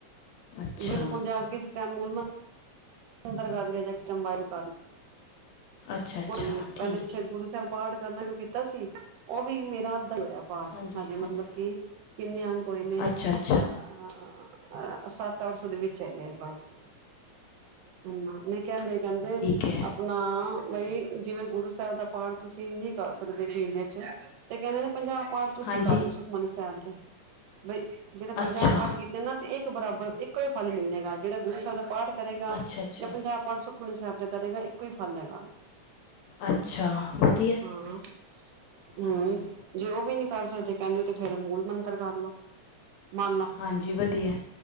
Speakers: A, on the left (about 75°); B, on the right (about 85°).
A: ਅੱਛਾ
B: ਬਿਲਕੁਲ ਜਾ ਕੇ ਇਸ ਟਮ ਮੂਲ ਮਂਤਰ ਕਰ ਲਿਆ ਜੈਸ ਟਾਈਮ ਵਾਹਗੁਰੂ ਕਰ ਲਿਆ
A: ਅੱਛਾ ਅੱਛਾ
B: ਪਹਿਲੇ
A: ਠੀਕ
B: ਛੇ
A: ਹੈ
B: ਗੁਰੂ ਸਾਹਿਬ ਪਾਠ ਕਰਨਾ ਜੋ ਕੀਤਾ ਸੀ ਉਹ ਵੀ ਮੇਰਾ ਅੱਧਾ ਈ ਹੋਇਆ ਪਾਠ
A: ਹਾਂਜੀ
B: ਹਜੇ
A: ਹਾਂਜੀ
B: ਮਤਲਬ ਕਿ ਕਿੰਨੇ ਅੰਗ ਹੋਏ ਨੇ
A: ਅੱਛਾ ਅੱਛਾ
B: ਹਾਂ ਸਤ ਅਠਸੋ ਦੇ ਵਿੱਚੱ ਹੈਗੇ ਨੇ ਬੱਸ ਹਮ <unintelligible> ਨਹੀਂ ਕਹਿੰਦੇ-ਕਹਿੰਦੇ
A: ਕੇ
B: ਆਪਣਾ ਬਈ ਜਿਵੇਂ, ਗੁਰੂ ਸਾਹਿਬ ਦਾ, ਪਾਠ ਤੁਸੀਂ ਨੀ ਕਰ ਸਕਦੇ। ਮਹੀਨੇ ਚ, ਤੇ ਕਹਿੰਦੇ ਨੇ ਪੰਜਾਹ ਪਾਠ, ਤੁਸੀਂ
A: ਹਾਂਜੀ
B: ਕਰਲੋ ਸੁਖਮਨੀ ਸਾਹਿਬ ਦੇ। ਬਈ ਜਿਦੇ ਪੰਜਾਬ
A: ਅੱਛਾ
B: ਪਾਠ ਕੀਤਾ ਹਨਾਂ। ਤੇ ਇੱਕ ਬਰਾਬਰ, ਇੱਕੋ ਹੀ ਫਲ ਮਿਲਲੇਗਾ। ਜਿਹੜਾ ਗੁਰੂ ਸਾਹਿਬ ਦਾ ਪਾਠ, ਕਰੇਗਾ
A: ਅੱਛਾ ਅੱਛਾ
B: ਜਾਂ ਪੰਜਾਹ ਪਾਠ ਸੁਖਮਨੀ ਸਾਹਿਬ, ਦਾ ਕਰੇਗਾ। ਇੱਕੋ ਹੀ ਫਲ ਹੈਗਾ।
A: ਅੱਛਾ ਵਧੀਆ
B: ਹਾਂ, ਹਮ
A: ਹਾਂਜੀ
B: ਜੇ ਉਹ ਵੀ ਨਹੀਂ ਕਰ ਸਕਦੇ ਕਹਿੰਦੇ ਤੇ ਫੇਰ ਮੂਲ ਮੰਤਰ ਕਰਲੋ, ਮਾਲਾ
A: ਹਾਂਜੀ ਵਧੀਆ